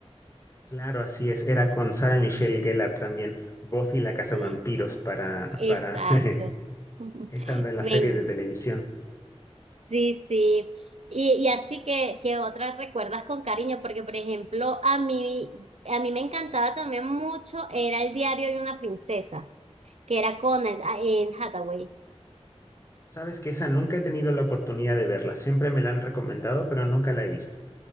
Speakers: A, on the left (about 25°); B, on the right (about 70°).
A: Claro, así es. Era con Sarah Michelle Gellar también. Buffy la cazavampiros
B: Sí,
A: para,
B: exacto.
A: para <laughs>
B: <laughs>
A: estando en las
B: Ven,
A: series de televisión.
B: sí, sí. Y, y así que, que otras recuerdas con cariño, porque por ejemplo, a mí, a mí me encantaba también mucho, era el diario de una princesa, que era con el- ah, en Hathaway.
A: Sabes que esa nunca he tenido la oportunidad de verla. Siempre me la han recomendado, pero nunca la he visto.